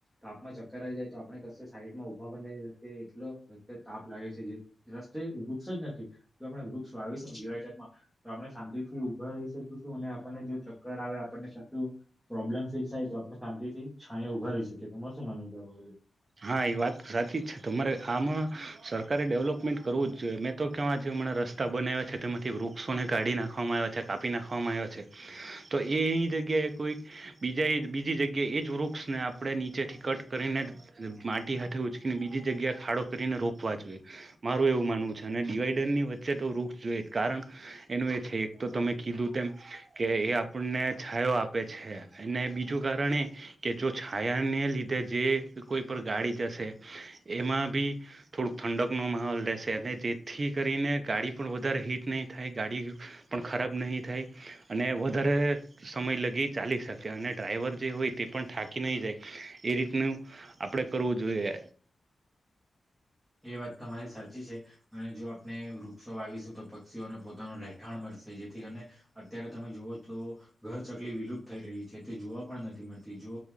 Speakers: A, in the centre; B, on the right.
A: તાપમાં ચક્કર આવી જાય તો આપણે કસે સાઈડ માં ઉભા <unintelligible> તાપ લાગે છે જે રસ્તે વૃક્ષ જ નથી તો આપણે વૃક્ષ વાવીશું ડિવાઈડર માં તો આપણે શાંતિ થી ઉભા રહી શકીશું અને આપણને જો ચક્કર આવે આપણને ચકું પ્રોબ્લેમ ફેસ થાય તો આપણે શાંતિ થી છાંયા ઊભા રહી શકીએ તમારું શું માનવું છે આ બાબતે
B: હા એ વાત સાચી જ છે તમારે આમાં સરકારે ડેવલપમેન્ટ કરવું જ જોઈએ મેં તો કેવા જે હમણાં રસ્તા બનાવ્યા છે તેમાંથી વૃક્ષો ને કાઢી નાખવામાં આવ્યા છે કાપી નાખવામાં આવ્યા છે તો એ એની જગ્યાએ કોઈક બીજા બીજી જગ્યાએ એ જ વૃક્ષને આપડણે નીચેથી કટ કરીને માટી હાથે ઉચકીને બીજી જગ્યા ખાડો કરીને રોપવા જોઈએ મારું એવું માનવું છે અને ડિવાઈડર ની વચ્ચે તો વૃક્ષ જોઈ કારણ એનું એ છે એક તો તમે કીધું તેમ કે એ આપણને છાયો આપે છે અને બીજું કારણ એ કે જો છાયાને લીધે જે કોઈ પણ ગાડી જશે એમાં બી થોડુંક ઠંડકનો માહોલ રહેશે અને જેથી કરીને ગાડી પણ વધારે હીટ નહીં થાય ગાડી પણ ખરાબ નહીં થાય અને વધારે સમય લગી ચાલી શકે અને ડ્રાઈવર જે હોય તે પણ થાકી નહી જાય એ રીતનું આપડે કરવું જોઈએ
A: એ વાત તમારી સાચી છે અને જો આપણે વૃક્ષો વાવીશું તો પક્ષીઓને પોતાનું રહેઠાણ મળ શે જેથી કરીને અત્યારે તમે જુવો તો ઘર કેટલી વિલુપત થઈ રહી છે તે જોવા પણ નથી મળતી જો